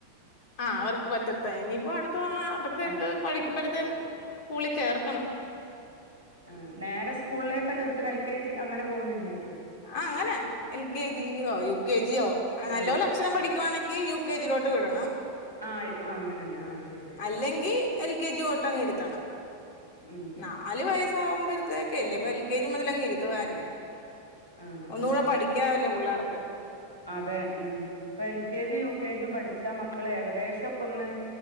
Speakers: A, on the left (about 45°); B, on the right (about 80°).
A: ആഹ് അവർക്ക് പറ്റത്തെ ഇനിയിപ്പോ അടുത്ത <unintelligible>
B: ആഹ്
A: ക്ക് പഠിക്കുമ്പഴത്തേക്ക് സ്കൂളിൽ ചേർക്കണം
B: അഹ് നേരെ സ്കൂളിലേക്ക ചേർത്ത്ണെ എൽ കെ ജി അങ്ങനെ പോകുന്നില്ലേയ്ക്കു
A: ആഹ് അങ്ങനെ എൽ കെ ജിയോ യു കെ ജിയോ നല്ല
B: ആഹ്
A: പോല അക്ഷരം പഠിക്കുവാണെങ്കി യു കെ ജിയിലോട്ട് വിടണം
B: അഹ് യോ അങ്ങനെ തന്നെ ആഹ് ശരി
A: അല്ലെങ്കിൽ എൽ കെ ജി ലോട്ടങ്ങ് ഇരുത്തണം
B: ഉം
A: എന്നാ നാല് വയസാകുമ്പോഴത്തേക്കല്ലേ അപ്പ എൽ കെ ജി മുതല് അങ്ങ് ഇരുത്തുവായിരിക്കും
B: ആഹ്
A: ഒന്നും
B: ആഹ്
A: കൂടെ പഠിക്കാവല്ലേ പുള്ളാർക്ക്
B: അതെ ഉം ഇപ്പൊ എൽ കെ ജും യു കെ ജും പഠിച്ചാ മക്കള് ഏകദേശം ഒക്കെ ഒന്ന്